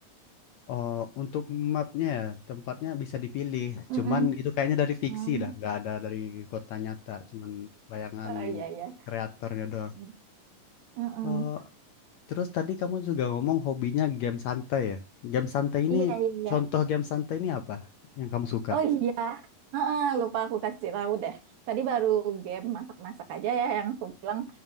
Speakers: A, on the left; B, on the right.
A: Oh, untuk mapnya ya, tempatnya bisa dipilih.
B: Mm,
A: Cuman
B: mm.
A: itu kayaknya dari fiksi
B: Hmm.
A: lah, nggak ada dari kota nyata. Cuman bayangan
B: Oh iya iya.
A: kreatornya doang.
B: Mm, mm.
A: Oh, terus tadi kamu juga ngomong hobinya game santai ya. Game santai ini,
B: Iya iya. iya.
A: contoh game santai ini apa yang kamu suka?
B: Oh iya, Heeh, lupa aku kasih tahu deh. Tadi baru game masak-masak aja ya yang aku bilang.